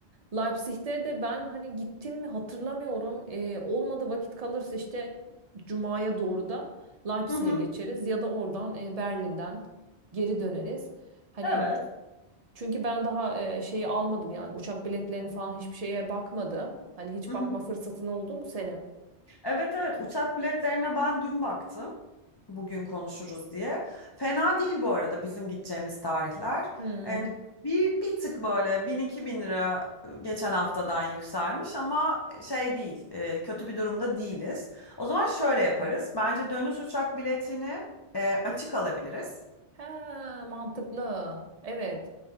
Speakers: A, on the right (about 45°); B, on the left (about 40°).
A: Leipzig'te de ben hani gittim mi hatırlamıyorum. E, olmadı vakit kalırsa işte Cuma'ya doğru da Leipzig'e
B: Hı hı.
A: geçeriz ya da oradan e, Berlin'den geri döneriz. Hani
B: Evet.
A: çünkü ben daha e, şeyi almadım yani uçak biletlerini falan hiçbir şeye bakmadım. Hani hiç
B: Hı
A: bakma
B: hı.
A: fırsatın oldu mu senin?
B: Evet evet uçak biletlerine ben dün baktım. Bugün konuşuruz diye. Fena değil bu arada bizim gideceğimiz tarihler.
A: Hmm.
B: Yani bir, bir tık böyle 1000-2000 lira ıı, geçen haftadan yükselmiş ama şey değil e, kötü bir durumda değiliz. O zaman şöyle yaparız. Bence dönüş uçak biletini e, açık alabiliriz.
A: He, mantıklı. Evet.